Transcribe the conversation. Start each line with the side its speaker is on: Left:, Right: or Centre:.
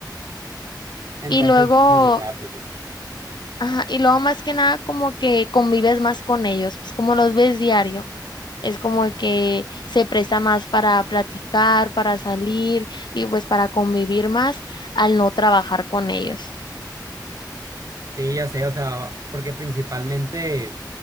Right: Entonces
Left: Y luego,
Right: me gustaba, pues sí.
Left: ajá, y luego más que nada como que convives más con ellos, pues como los ves diario, es como que se presta más para platicar, para salir y pues para convivir más al no trabajar con ellos.
Right: Sí, ya sé, o sea, porque principalmente